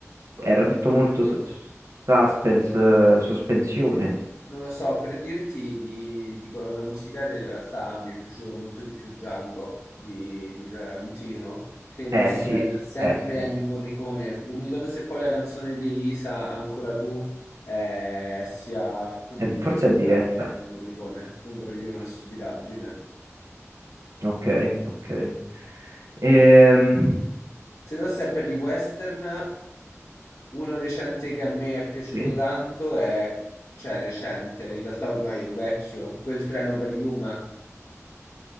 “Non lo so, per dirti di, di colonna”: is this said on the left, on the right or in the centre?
Left